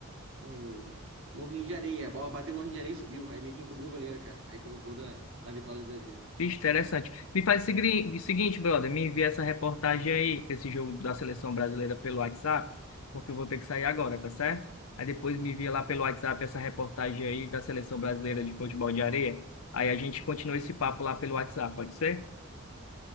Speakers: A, on the right (about 60°); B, on the left (about 75°).
A: um, um morrinho de areia, a bola bateu no morrinho de areia e subiu. Aí meio que encobriu o goleiro, cara. Aí foi o gol da, da vitória do Brasil.
B: bicho, interessante. Me faz o segui- o seguinte, brother. Me envia essa reportagem aí, esse jogo da seleção brasileira pelo WhatsApp, porque eu vou ter que sair agora, tá certo? Aí depois me
A: Beleza,
B: envia lá pelo
A: beleza.
B: WhatsApp essa reportagem aí da seleção brasileira de futebol de areia. Aí a gente continua esse papo lá pelo WhatsApp, pode ser?